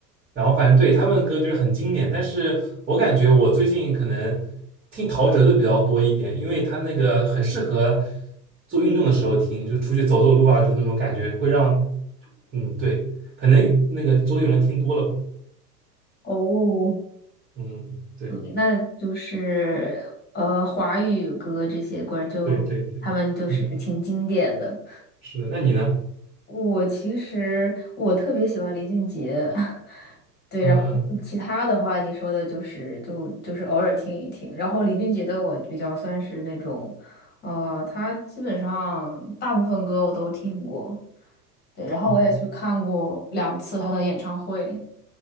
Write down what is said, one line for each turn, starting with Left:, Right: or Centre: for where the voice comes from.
Right: 然后反正对他们的歌就是很经典，但是我感觉我最近可能听陶喆的比较多一点，因为他那个很适合做运动的时候听，就出去走走路啊，就那种感觉会让，嗯，对，可能那个周杰伦听多了吧，
Left: 哦，
Right: 嗯，对，
Left: 对那就是呃，华语歌这些歌儿就他们就是挺经典的。
Right: 对对对对，是的，那你呢？
Left: 我其实我特别喜欢林俊杰，<laughs> 对，
Right: 嗯
Left: 然后其他的话你说的就是就就是偶尔听一听，然后林俊杰的我比较算是那种，呃，他基本上大部分歌我都听过，对，然后我也去看过两次他的演唱会，
Right: 嗯，